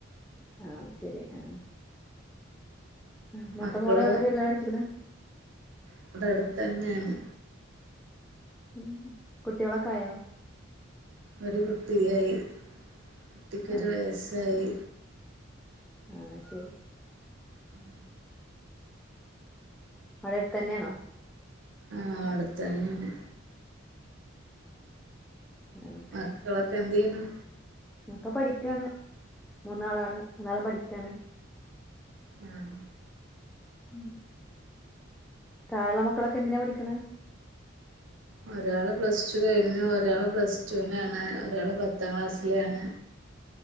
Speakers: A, in the centre; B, on the right.
A: ആഹ് ശരി ആഹ് ആഹ് മൂത്ത
B: മക്കള്
A: മോളെ എവിടെ കല്യാണം കയ്ച്ച്ക്ണ്?
B: ഇവിടെ അടുത്ത് തന്നെയാണ്
A: ഉം കുട്ടിയേളൊക്കെ ആയോ?
B: ഒരു കുട്ടി ആയി കുട്ടിക്കൊരു
A: അതെ
B: വയസ്സായി.
A: ആഹ് അഹ്ശരി
B: ഉം
A: അവ്ടെ എട്ത്തന്നെണോ?
B: ആഹ് അടുത്തന്നേണ്.
A: ആഹ്
B: മക്കളൊക്കെ എന്ത്യയ്യ്ണ്?
A: ഒക്ക പഠിക്കാണ്. മൂന്നാളാണ് മൂന്നാളും പഠിക്കാണ്.
B: ആഹ്.
A: ഉം താഴെള്ള മക്കളൊക്കെ എന്തിനാ പഠിക്ണ്?
B: ഒരാള് പ്ലസ് ടു കഴിഞ്ഞ് ഒരാള് പ്ലസ് ടുവിനാണ്, ഒരാള് പത്താം ക്ലാസ്സിലാണ്.